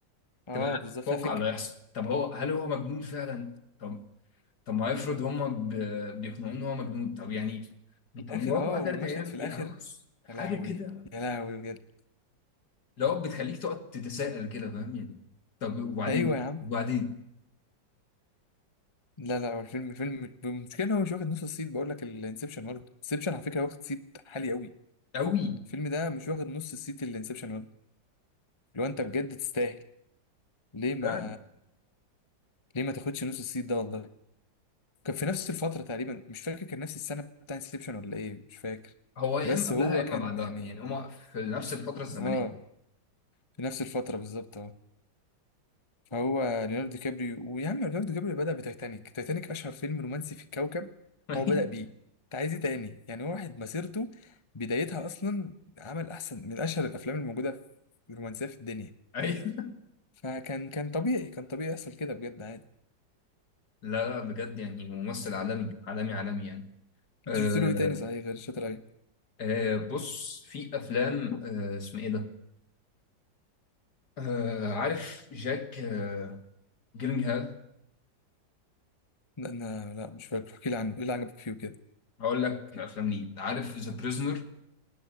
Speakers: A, on the left; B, on the left.
A: اه
B: تبقى قاعد
A: بالظبط
B: تتوقع
A: فيها فكره
B: اللي هيحصل طب هو هل هو مجنون فعلا طب طب ما افرض هم بيقنعوه ان هو مجنون طب يعني
A: الاخر
B: طب مراته
A: اه
B: قتلت
A: والمشهد
B: عياله
A: في الاخر
B: يعني بص حاجه
A: يا لهوي
B: كده
A: يا لهوي بجد
B: لو بتخليك تقعد تتساءل كده فاهم يعني طب وبعدين
A: ايوه يا عم
B: وبعدين
A: لا لا هو الفيلم فيلم المشكله ان هو مش واخد نص الصيت بقول لك الانسبشن واخد انسبشن على فكره واخد صيت عالي قوي
B: قوي
A: الفيلم ده مش واخد نص الصيت اللي انسبشن واخد لو انت بجد تستاهل ليه ما
B: فعلا
A: ليه ما تاخدش نص الصيت ده والله كان في نفس الفتره تقريبا مش فاكر كان نفس السنه بتاع انسبشن ولا ايه مش فاكر
B: هو يا
A: بس
B: اما قبلها
A: هو
B: يا اما
A: كان
B: بعدها
A: يعني
B: يعني هما في نفس الفتره الزمنيه
A: اه في نفس الفتره بالظبط آه. فهو ليوناردو دي كابريو ويا عم ليوناردو دي كابريو بدأ بتايتانيك تايتانيك أشهر فيلم رومانسي في الكوكب
B: <laughs>
A: هو بدأ بيه أنت عايز إيه تاني يعني واحد مسيرته بدايتها أصلا عمل أحسن من أشهر الأفلام الموجودة في الرومانسية في الدنيا
B: ايوه
A: فكان كان طبيعي كان طبيعي يحصل كده بجد عادي
B: لا لا بجد يعني ممثل عالمي عالمي عالمي يعني أه
A: أنت شفت له إيه تاني صحيح غير شاتر أيلاند؟
B: أه بص في افلام أه اسمه ايه ده آه عارف جاك آه جيلينغهال
A: لا أنا لا مش فاكر احكي لي عنه إيه اللي عجبك فيه وكده
B: هقول لك الافلام ليه عارف ذا بريزنر